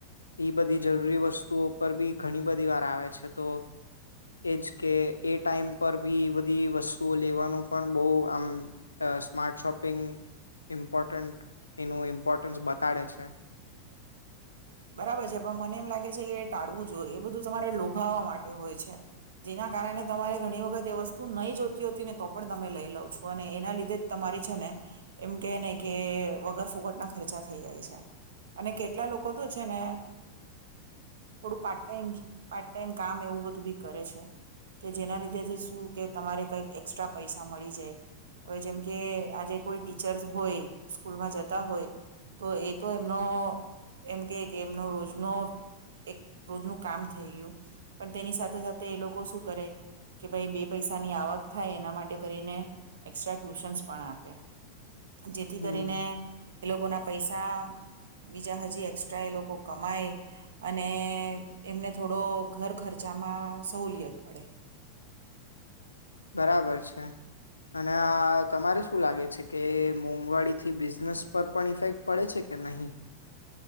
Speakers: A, on the left; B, on the right.
A: એ બધી જરૂરી વસ્તુઓ પર બી ઘણી બધી વાર આવે છે તો એ જ કે એ ટાઈમ પર બી એ બધી વસ્તુઓ લેવાનું પણ બોવ આમ સ્માર્ટ શોપિંગ ઇમ્પોર્ટન્ટ એનું ઇમ્પોર્ટન્સ બ તાળે છે.
B: બરાબર છે પણ મને એમ લાગે છે કે ટાળવું જોઈએ એ બધું તમારે લોભાવા માટે હોય છે જેના કારણે તમારે ઘણી વખત એ વસ્તુ નહી જોતી હોતી ને તો પણ તમે લઈ લ છો અને એના લીધે જ તમારી છે ને એમ કે ને કે વગર ફુકટના ખર્ચા થઈ જાય છે. અને કેટલા લો કો તો છે ને થોડું પાર્ટ ટાઈમ પાર્ટ ટાઈમ કામ એવું બધું બી કરે છે કે જેના લીધેથી શું કે તમારે કઈક એક્સ્ટ્રા પૈસા મળી જાય. હવે જેમકે આજે કોઈ ટીચર હોય સ્કૂલમાં જતા હોય તો એ તો એમનો એમ કે કે એમનો રોજનો એક રોજનું કામ થઈ ગયું પણ તેની સાથે સાથે એ લોકો શું કરે કે ભાઈ બે પૈસાની આવક થાય એના માટે કરીને એક્સ્ટ્રા ટ્યુશન્સ પણ આપે. જેથી
A: હમ
B: કરીને એ લોકો ના પૈય <unintelligible> બીજા હ જી એસ્ટ્રા એ લોકો કમાય અને એમને થોડો ઘર ખર્ચામાં સહુલિયત પડે.
A: બરાબર છે. અને આ તમારે શું લાગે છે કે મો વાળીથી બિઝનેસ પર પણ ઇફેક્ટ પડે છે કે નહીં?